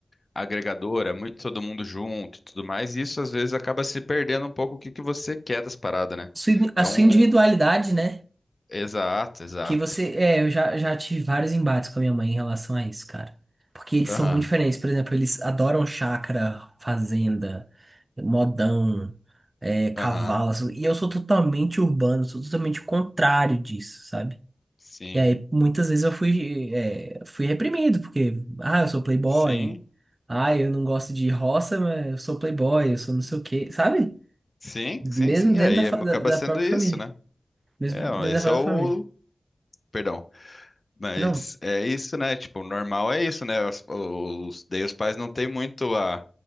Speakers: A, on the left (about 40°); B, on the right (about 40°).
A: agregadora, muito todo mundo junto e tudo mais, e isso às vezes acaba se perdendo um pouco o que que você quer das paradas, né?
B: Sua
A: Então,
B: A sua individualidade, né?
A: exato, exato.
B: Que você. É, eu já, já tive vários embates com a minha mãe em relação a isso, cara. Porque eles
A: Aham,
B: são muito diferentes. Por exemplo, eles adoram chácara, fazenda, modão, é, cavalo.
A: aham.
B: assim. E eu sou totalmente urbano, sou totalmente o contrário disso, sabe?
A: Sim,
B: E aí, muitas vezes eu fui, é, fui reprimido, porque, ah, eu sou playboy.
A: sim,
B: Ah, eu não gosto de roça, mas eu sou playboy, eu sou não sei o quê, sabe?
A: sim,
B: Mesmo
A: sim, sim.
B: dentro
A: É, E
B: da, fa-
A: aí
B: da,
A: acaba
B: da
A: sendo
B: própria
A: isso,
B: família.
A: né?
B: Mesmo
A: É,
B: dentro
A: ó, esse
B: da própria
A: é o.
B: família.
A: Perdão. Mas
B: Não,
A: é isso, né? Tipo, o normal é isso, né? Os, os- daí os pais não têm muito a,